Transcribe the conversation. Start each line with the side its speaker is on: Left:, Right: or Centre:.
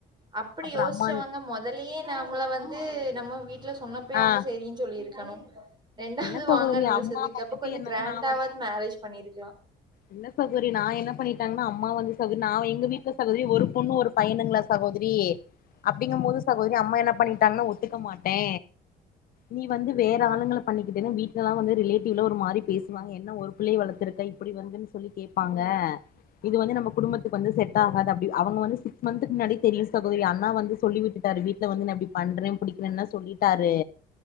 Right: அப்டி
Left: அப்புறோ
Right: யோசிச்சவங்க
Left: அம்மா
Right: மொதலயே நம்மள வந் து நம்ம வீட்ல சொன்னப்பயே
Left: ஆ
Right: அவங்க சரின்னு சொல்லிருக் கணு ரெண்டாவது
Left: இல்ல சகோதரி
Right: வாங்கன்னு விழிச்சதுக்கு
Left: அம்மா வந்துட்டு
Right: அப்ப கொஞ்ச
Left: என்னன்னா
Right: கிராண்டாவது
Left: நா வந்து
Right: மேரேஜ் பண்ணிருக்கலா
Left: இல்ல சகோதரி நா என்னா பண் டனா அம்மா வந்து ச எங்க வீட்டுல சகோதரி ஒரு பொண்ணு ஒரு பயனுங்களா சகோதரி அப்டிங்கும் போது சகோ அம்மா என்ன பண்ணிட்டாங்கன்னா ஒத்துக்க மாட்டே நீ வந்து வேற ஆளுங்கள பண்ணிக்கிட்டன்னா வீட் க்ளா வந்து ரிலேட்டிவ்லா ஒரு மாரி பேசுவாங்க என்ன ஒரு பிள்ளய வளத்திருக்க இப்டி வந்துன்னு சொல்லி கேப்பாங்க இது வந்து நம்ம குடும்பத்துக் வந்து செட்டாகாது அப்டி அவங்க வந்து சிக்ஸ் மந்த்க்கு முன்னாடி தெரியு சகோதரி அண்ணா வந்து சொல்லி விட்டுட்டாரு வீட்டுல வந்து நா இப்டி பண்றே பிடிக்கிறேனா சொல்லிட்டாரு